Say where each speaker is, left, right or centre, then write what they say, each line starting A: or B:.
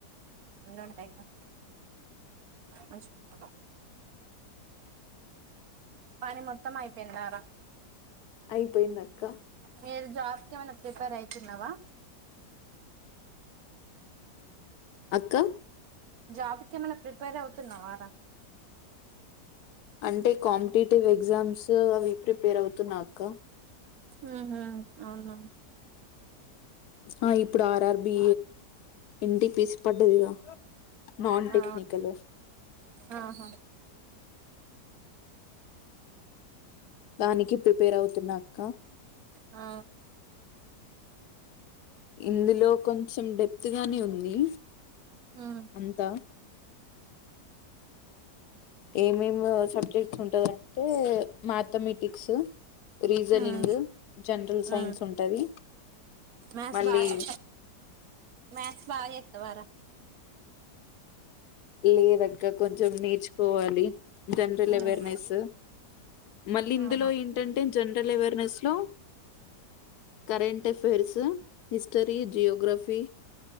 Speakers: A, on the right; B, on the left.
A: అన్నీ ఉంటాయి ఇంగ మంచిగుంటది పని మొత్తం అయిపోయిందారా
B: అయిపోయింది అక్క
A: మీరు జాబ్ కి ఏమన్నా ప్రిపేర్ ఐతున్నావా
B: అక్క
A: జాబ్ కేమన్న ప్రిపేర్ అవుతున్నవా రా
B: అంటే కాంపిటేటివ్ ఎగ్జామ్స్ అవి ప్రిపేర్ అవుతున్నా అక్క
A: ఉహూ అవునా
B: ఆ ఇప్పుడు ఆర్ ఆర్ ఆర్బి ఎన్టిపిసి పడ్డదిగా నాన్ టెక్నికల్
A: ఆ ఆహా
B: దానికి ప్రిపేర్ అవుతున్నా అక్క
A: ఆ
B: ఇందులో కొంచెం డెప్త్ గానే ఉంది
A: ఉమ్
B: అంత ఏం ఏం సబ్జెక్ట్స్ ఉంటందంటే మ్యాథమెటిక్స్ రీజనింగ్
A: ఉమ్
B: జనరల్ సైన్స్
A: ఉమ్
B: ఉంటది
A: మ్యాథ్స్
B: మళ్ళీ
A: బాగా మ్యాథ్స్ బాగా చేస్తవారా
B: లేదు అక్క కొంచెం నేర్చుకోవాలి జనరల్
A: ఉమ్
B: అవేర్నెస్ మళ్ళీ ఇందులో
A: ఆహా
B: ఏంటంటే జనరల్ అవేర్నెస్ లో current affairs history geography